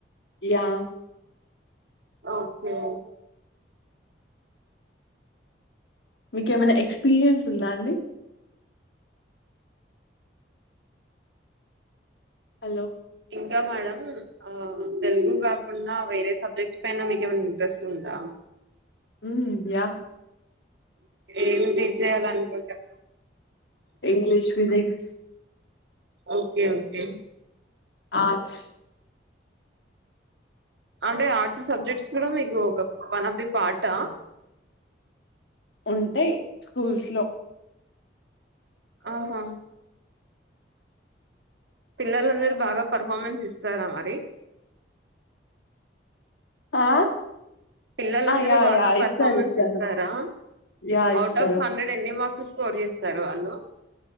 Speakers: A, on the left; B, on the right.
A: యా
B: ఓకే
A: మీకు ఏమైనా ఎక్స్పీరియన్స్ ఉందా అండి హలో
B: ఇంకా మేడం అ తెలుగు కాకుండా వేరే సబ్జెక్ట్స్ పైన మీక ఏమైనా ఇంట్రెస్ట్ ఉందా
A: మ్ యా
B: ఏమ్ టీచ్ చెయ్యాల్ అనుకుంటాంన్నర్
A: English physics
B: okay okay
A: arts
B: అంటే ఆర్ట్స్ సబ్జెక్ట్స్ కూడా మీకు ఒక వన్ ఆఫ్ ది పార్టా
A: ఉంటాయి స్కూల్స్ లో
B: ఆహా పిల్లలందరుూ
A: ఆ!
B: బాగా పర్ఫార్మెన్స్ ఇస్తారా మరి
A: ఆ
B: పిల్లలందరూ
A: యాహ్!
B: బాగా
A: యాహ్!
B: పర్ఫార్మెన్స్
A: ఇస్తారు. ఇస్తారు.
B: ఇస్తారా
A: యాహ్!
B: అవుట్
A: ఇస్తారు.
B: ఆఫ్ హండ్రెడ్ ఎన్ని మార్క్స్ స్కోర్ చేస్తారు వాళ్ళు